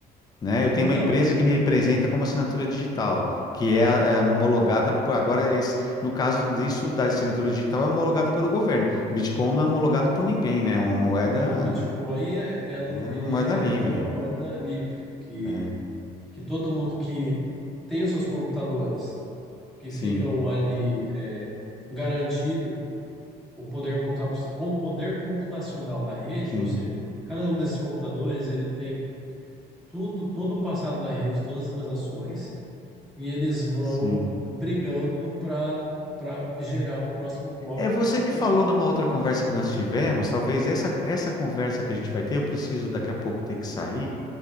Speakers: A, on the left; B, in the centre.
A: né? Eu tenho
B: Então,
A: uma empresa que me representa como assinatura digital, que é, é, homologada por agora esse- no caso disso da assinatura digital é homologada pelo governo. O Bitcoin não é homologado por ninguém, né? É uma moeda,
B: não, o Bitcoin é, ele
A: é
B: ele
A: uma moeda
B: é
A: livre.
B: uma moeda livre que
A: É,
B: que todo mundo que tem os seus computadores que
A: sim,
B: ficam ali é, garantindo o poder computa- com o poder computacional da rede,
A: sim,
B: ou seja, cada um desses computadores ele tem tudo, todo o passado da rede, todas as transações e eles vão
A: sim.
B: brigando para para gerar o próximo bloco.
A: É, você me
B: Que
A: falou
B: é-
A: numa outra conversa que nós tivemos, talvez essa, essa conversa que a gente vai ter, eu preciso daqui a pouco ter que sair,